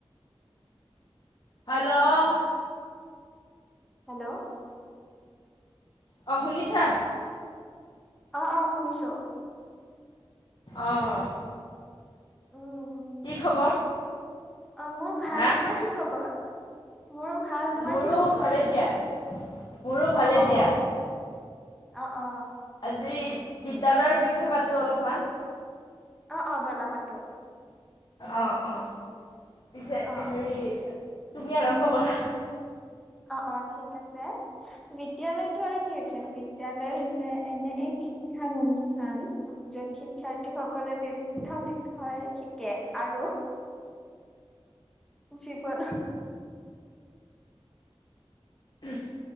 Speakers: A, on the left; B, in the centre.
A: Hello
B: hello.
A: অ, শুনিছা?
B: অ', অ', শুনিছো।
A: অ',
B: উম
A: কি খবৰ?
B: অ মোৰ ভাল।
A: হা
B: তোমাৰ কি খবৰ? মোৰ ভাল। তোমাৰ
A: মোৰো
B: কি খবৰ?
A: ভালে দিয়া মোৰো ভালেই
B: অ অ
A: দিয়া,
B: অ অ
A: আজি বিদ্যালয়ৰ পাতো অলপমান
B: অ', অ', ব'লা পাতো।
A: অঁ অঁ পিছে
B: অ
A: হেৰি তুমি আৰম্ভ কৰা।
B: অ'-অ' ঠিক আছে। বিদ্যয়ালয়টো আৰু কি হৈছে, বিদ্যালয় হৈছে এনে এক শিক্ষা অনুষ্ঠান, যত শিক্ষাৰ্থীসকলে বিভিন্ন হয় হিকে, আৰু জি প ন <unintelligible>
A: উম <inaudible>